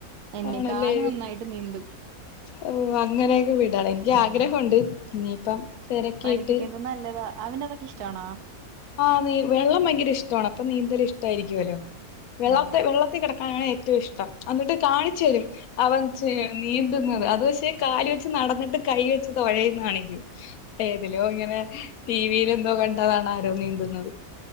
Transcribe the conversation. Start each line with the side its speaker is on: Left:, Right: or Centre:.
Right: എന്നെ
Left: ആണല്ലേ
Right: കാല് നന്നായിട്ട് നീന്തും.
Left: ഓ അങ്ങനെയൊക്കെ വീടാണ് എനിക്ക്
Right: ഉം
Left: ആഗ്രഹുണ്ട് ഇനിയിപ്പം. തിരക്കിയിട്ട്
Right: പഠിപ്പിക്കുന്നത് നല്ലതാ അവന്റെ അതൊക്കെ ഇഷ്ടമാണോ?
Left: ആ നീ വെള്ളം ഭയങ്കര ഇഷ്ടമാണ് അപ്പൊ നീന്തൽ ഇഷ്ടമായിരിക്കുവല്ലോ. വെള്ളത്തെ
Right: ആഹ്
Left: വെള്ളത്തിൽ കിടക്കാനാണ് ഏറ്റവും ഇഷ്ടം എന്നിട്ട് കാണിച്ചു വരും. അവൻ നീന്തുന്നത് അത് പക്ഷേ കാല വെച്ച് നടന്നിട്ട് കൈ വെച്ച് തഴയുന്നാണെങ്കും. ഏതിലോ ഇങ്ങനെ ടി വിൽ എന്തോ കണ്ടതാണ് ആരോ നീന്തുന്നത്.